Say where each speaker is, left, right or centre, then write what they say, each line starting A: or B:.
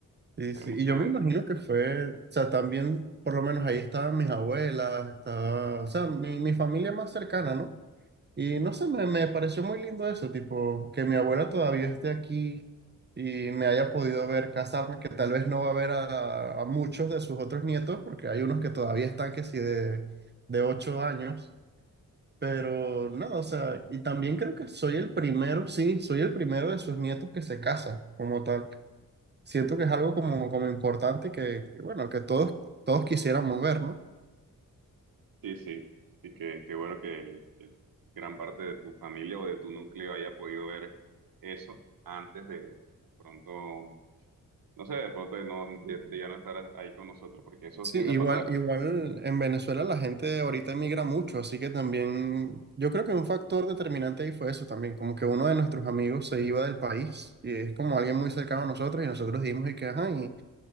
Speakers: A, on the right; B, on the right.
A: debe
B: sí,
A: ser
B: sí.
A: emocionante.
B: y yo me imagino que fue, o sea, también, por lo menos ahí estaban mis abuelas, estaba, o sea, mi, mi familia más cercana, ¿no? Y no sé, me, me pareció muy lindo eso, tipo, que mi abuela todavía esté aquí y me haya podido ver casarme, que tal vez no va a ver a, a muchos de sus otros nietos, porque hay unos que todavía están que sí de, de 8 años, pero nada, o sea, y también creo que soy el primero, sí, soy el primero de sus nietos que se casa, como tal. Siento que es algo como, como importante que, bueno, que todos, todos quisiéramos ver, ¿no?
A: Sí, sí, sí, que, qué bueno que, que gran parte de tu familia o de tu núcleo haya podido ver eso antes de pronto, no sé, de pronto de, no, de, de ya no estar ahí con nosotros, porque eso
B: Sí,
A: tiende
B: igual,
A: a pasar.
B: igual en Venezuela la gente ahorita emigra mucho, así que también yo creo que un factor determinante ahí fue eso también, como que uno de nuestros amigos se iba del país y es como alguien muy cercano a nosotros y nosotros dijimos y que, ajá, y